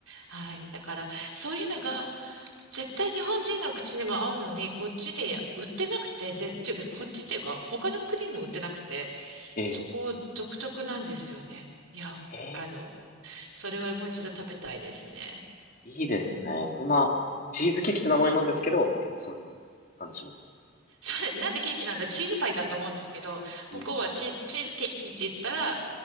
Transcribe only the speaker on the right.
はい。だから、
そういうのが、絶対日本人の口にも合うのに、こっちで売ってなくて、
ぜ、ちゅこっちっていうか、
他の国にも売ってなくて、
そこ独特なんですよね。いや、
あの、それはもう一度食べたいですね。
うん
そう、なんでケーキなんだ、チーズパイじゃんと思うんですけど、向こうはチー、
チーズケーキって言ったら、